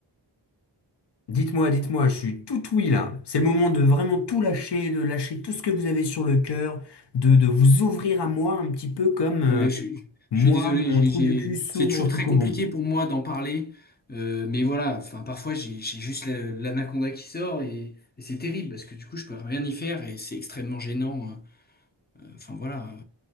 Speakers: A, on the left; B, on the left.
A: Dites-moi, dites-moi, je suis tout oui là. C'est le moment de vraiment tout lâcher, de lâcher tout ce que vous avez sur le cœur, de, de vous ouvrir à moi un petit peu comme... euh,
B: Ouais, ouais, je, suis
A: Moi,
B: je suis désolé,
A: mon
B: j'ai,
A: trou
B: j'ai-
A: du cul s'ouvre
B: c'est toujours
A: au
B: très
A: chocobon.
B: compliqué pour moi d'en parler, euh, mais voilà, enfin parfois j'ai j'ai juste la- l'anaconda qui sort et, et c'est terrible parce que du coup je peux rien y faire et c'est extrêmement gênant. Hein. euh, Enfin voilà, euh,